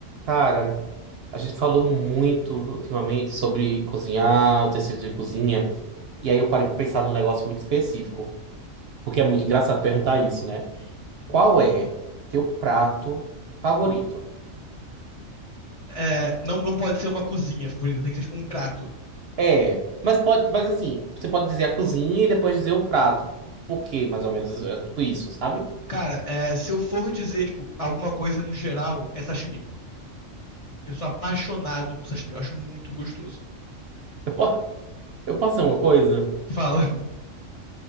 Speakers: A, on the right; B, on the left.
A: Cara, a gente falou muito ultimamente sobre cozinhar, utensílios de cozinha, e aí eu parei pra pensar num negócio muito específico, porque é muito engraçado perguntar isso, né? Qual
B: Uhum.
A: é teu prato favorito?
B: É, não, não pode ser uma cozinha favorita, tem que ser tipo um prato.
A: É, mas pode, mas assim, você pode dizer a cozinha e depois dizer o prato. Por quê, mais ou menos, é tipo isso, sabe?
B: Cara, é, se eu for dizer, tipo, alguma coisa no geral, é sashimi. Eu sou apaixonado por sashimi, eu acho muito gostoso.
A: Eu, po- eu posso dizer uma coisa?
B: Fala. <laughs>